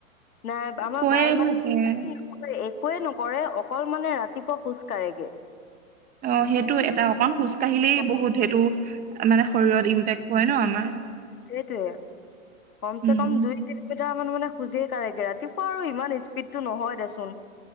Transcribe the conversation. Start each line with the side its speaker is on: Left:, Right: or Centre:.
Left: নাই আমাৰ
Right: কৈয়ে
Left: বায়ে মানেক
Right: থাকে
Left: একোৱে নকৰে অকল মানে ৰাতিপুৱা খোজ কঢ়েগে
Right: অ সেইটো এটা অকন খোজ কাঢ়িলেই
Left: অ
Right: বহুত সেইটো মানে শৰীৰত ইম্পেক্ ক ন আমাৰ
Left: সেইটোৱে কমছে
Right: উম
Left: কম দুই কিলোমিটাৰ মান মানে খোজে কগে ৰাতিপুৱা আৰু ইমান স্পীডতটো নহয় দেচোন